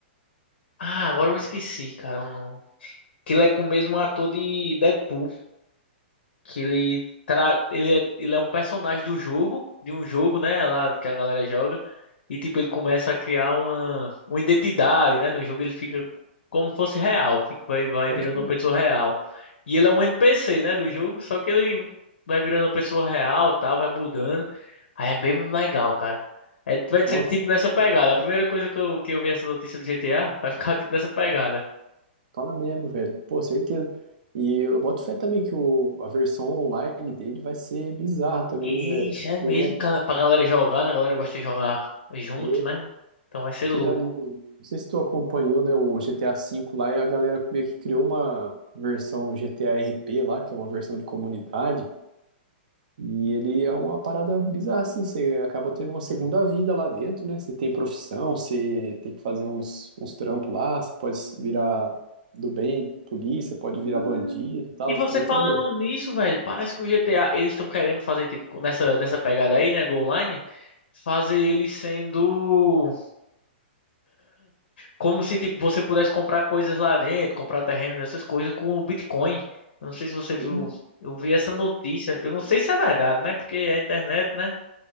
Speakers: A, on the left; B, on the right.
A: ah, agora eu me esqueci, cara. Não. que ele é com o mesmo ator de Deadpool, que ele tra... ele é... ele é um personagem do jogo, de um jogo, né, lá que a galera joga, e tipo ele começa a criar uma uma identidade, né, no jogo ele fica como fosse real, fica vai vai
B: Pode
A: virando
B: crer.
A: uma pessoa real. E ele é um NPC, né, do jogo, só que ele vai virando uma pessoa real, tal, vai mudando. Aí é bem legal, cara. É, vai ser
B: Nossa,
A: tipo nessa pegada. A primeira coisa que eu, que eu vi essa notícia do GTA vai ficar tipo nessa pegada.
B: fala mesmo, velho. Pô, certeza. E eu boto fé também que o, a versão online dele vai ser bizarra também,
A: Eita,
B: hein, velho.
A: é
B: Porque,
A: mesmo,
B: né,
A: cara, pra galera jogar, né? A galera gosta de jogar junto,
B: é,
A: né? Então vai ser
B: porque,
A: louco.
B: né, no- não sei se tu acompanhou, né, o GTA V lá, e a galera meio que criou uma versão GTA RP lá, que é uma versão de comunidade, E ele é uma parada bizarra, assim, você acaba tendo uma segunda vida lá dentro, né? Você tem profissão, você tem que fazer uns, uns trampos lá, você pode virar do bem, polícia, pode
A: Hum.
B: virar bandido e tal,
A: E você
B: você já
A: falando
B: fragou.
A: nisso, velho, parece que o GTA, eles estão querendo fazer, tipo, nessa, nessa pegada aí, né, do online, fazer ele sendo como se, tipo, você pudesse comprar coisas lá dentro, comprar terrenos, essas coisas com o Bitcoin. Eu não sei se você viu,
B: Eu-
A: eu vi essa notícia. Eu não sei se é verdade, né? Porque a internet, né,